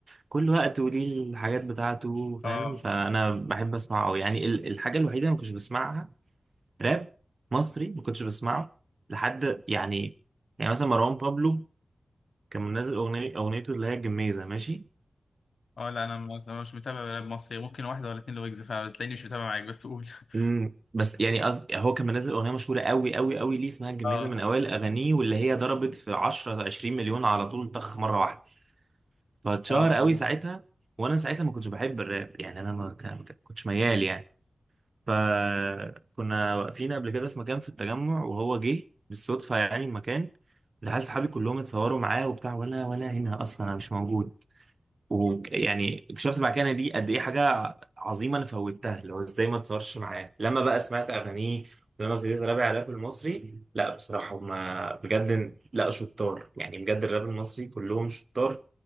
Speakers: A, on the right; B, on the left.
A: كل وقت وليه الحاجات بتاعته
B: اه
A: فاهم فأنا بحب أسمعه أوي. يعني ال- الحاجة الوحيدة اللي ما كنتش بسمعها راب مصري ما كنتش بسمعه لحد يعني يعني مثلا مروان بابلو كان منزل اغنيه اغنيته اللي هي الجميزه ماشي
B: اه لا انا مش مش متابع راب مصري ممكن واحده ولا اتنين لويجز فعلا تلاقيني مش متابع معاك بس قول <laughs>
A: امم بس يعني قصد هو كان منزل اغنيه مشهوره قوي قوي قوي ليه اسمها الجميزه
B: اه
A: من اوائل اغانيه واللي هي ضربت في 10 20 مليون على طول طخ مره واحده فاتشهر
B: اه
A: قوي ساعتها وانا ساعتها ما كنتش بحب الراب يعني انا ما كان- ما كنتش ميال يعني فكنا واقفين قبل كده في مكان في التجمع وهو جه بالصدفه يعني المكان العيال صحابي كلهم اتصوروا معاه وبتاع ولا ولا هنا اصلا انا مش موجود ويعني اكتشفت بعد كده إن دي قد ايه حاجه عظيمه انا فوتها اللي هو ازاي ما اتصورش معاه لما بقى سمعت اغانيه ولما ابتديت ارابع على الراب المصري لا بصراحه هما بجد لا شطار يعني بجد الراب المصري كلهم شطار